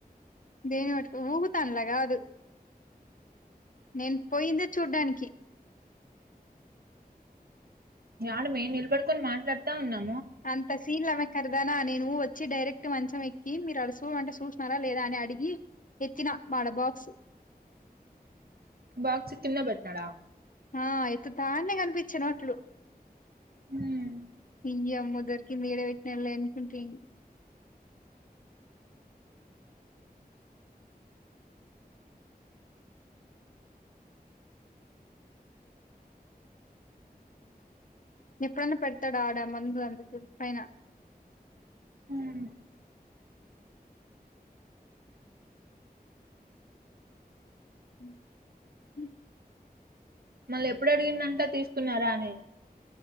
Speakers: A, on the left; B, on the right.
A: దేన్ని బట్టుకొని ఊగుతాల్లా గాదు నేను పోయిందే చూడ్డానికి
B: యాడ మేయిన్ నిలబడుకొని మాట్లాడతా ఉన్నావ్
A: అంత సీన్ లేవే కర్దానా నేను వ చ్చి డైరెక్ట్ మంచం ఎక్కి మీరు అడుసూడ మంటే చూసినారా లేదా అని అడిగి ఎత్తిన మాడ బాక్స్
B: బాక్స్ కింద బెట్టినాడా
A: ఆ ఎత్తుతా ఉంటే కనిపించిన అట్లు
B: ఉమ్
A: ఈ అమ్మదొరికింది ఈడ బెట్టినలే అనుకొని పోయిండు ఎప్పుడైన్నా పెడతాడు ఆడ మందు అందుకే పైన
B: ఉమ్
A: ఉమ్ ఉమ్
B: మళ్ళీ ఎప్పుడు అడిగిందంటా తీసుకున్నారా అని